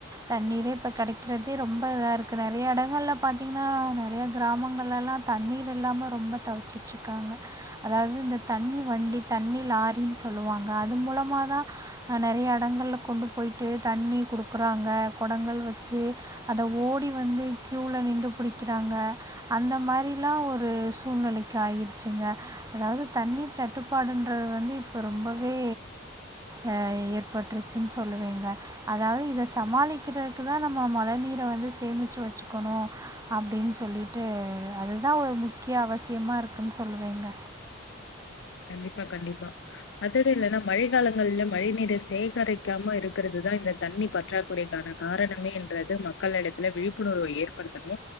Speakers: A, on the right; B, on the left.
A: தண்ணீரே இப்போ கிடைக்கிறதே ரொம்ப இதா இருக்குது நெறைய இடங்கள்ல பாத்தீங் ன்னா நெறைய கிராமங்கள்ல எல்லா தண்ணீர் இல்லாம ரொம்ப தவிச்சுட்டு இருக்காங்க அதாவது இந்த தண்ணி வண்டி அதாவது தண்ணி லாரினு சொல்லுவாங்க அது மூலமா தா அ நெறைய இடங்கள்ல கொண்டு போயிட்டு தண்ணி குடுக்குறாங்க குடங்கள் வச்சு அத ஓடி வந்து கியூல நின்று பிடிக்கிறாங்க அந்த மாரிலா ஒரு சூழ்நிலைக்கு ஆகிருச்சுங்க அதாவது தண்ணீர் தட்டுப்பாடுன்றது வந்து இப்போ ரொம்பவே ஆ ஏற்பட்டுருச்சுன்னு சொல்லுவேங்க அதாவது இத சமாளிக்கிறதுக்கு தா நம்ம மழை நீரை வந்து சேமிச்சு வச்சுக்கணு அப்படின்னு சொல்லிட்டு அதுதா ஒரு முக்கிய அவசியமா இருக்குன்னு சொல்லுவேங்க
B: கண்டிப்பா கண்டிப்பா அதுடு இல்லன்னா மழைக்காலங்கள்ல மழைநீரை சேகரிக்காம இருக்கிறதுதா இந்த தண்ணி பற்றாக்குறைக்கான காரணமேன்றது மக்கள் இடத்துல விழிப்புணர்வை ஏற்படுத்தணு